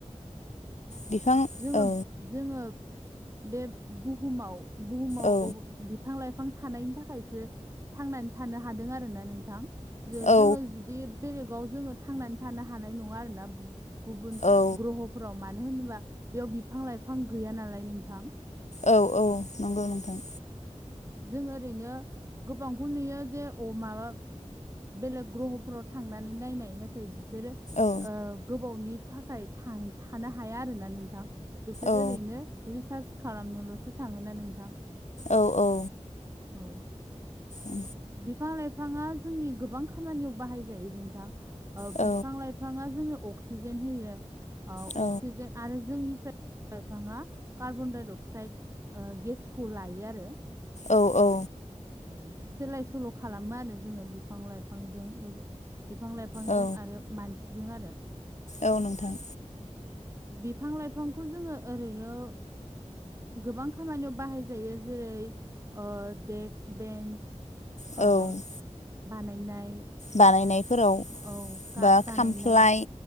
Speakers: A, on the left (about 70°); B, on the right (about 25°).
A: बिफां
B: जोङो
A: औ
B: जोङो बे बुहुमाव बुहुमाव
A: औ
B: बिफां लाइफां थानायनि थाखायसो थांनानै थानो हादों आरोना नोंथां
A: औ
B: जोङो जुदि बेलेगाव जोङो थांनानै थानो हानाय नङा आरोना गुबुन
A: औ
B: ग्रह'फोराव मानो होनोबा बेयाव बिफां लाइफां गैया नालाय नोंथां
A: औ औ नंगौ नोंथां
B: जों ओरैनो गोबांखौ नुयो जे अ माबा बेलेग ग्रह'फोराव थांनानै नायनाय नाथाय बिसोर बिसोरो
A: औ
B: गोबावनि थाखाय थां थानो हाया आरोना नोंथां बिसोरो
A: औ
B: ओरैनो रिसार्ज खालामनोल'सो थाङोन ना नोंथां
A: औ औ
B: औ
A: औ
B: बिफां लाइफाङा जोंनि गोबां खामानियाव बाहाय जायो जोंथां
A: औ
B: बिफां लाइफाङा जोङो अक्सिजेन होयो
A: औ
B: अक्सिजेन आरो जोंनिफ्राय बिफां लाफाङा कार्बनडाइ अक्साइड गेसखौ लायो आरो
A: औ औ
B: औ सोलाय सोल' खालामो आरो जोङो बिफां लाइफांजों बिफां लाइफां लाइफांजों
A: औ
B: आरो मानसिजों आरो
A: औ नोंथां
B: बिफां लाइफांखौ जोङो ओरैनो गोबां खामानियाव बाहायजायो जेरै देक्स बेन्स
A: औ
B: ओ बानायनाय
A: बानायनायफोराव
B: औ काट
A: बा
B: बानायनाय
A: खामफ्लाय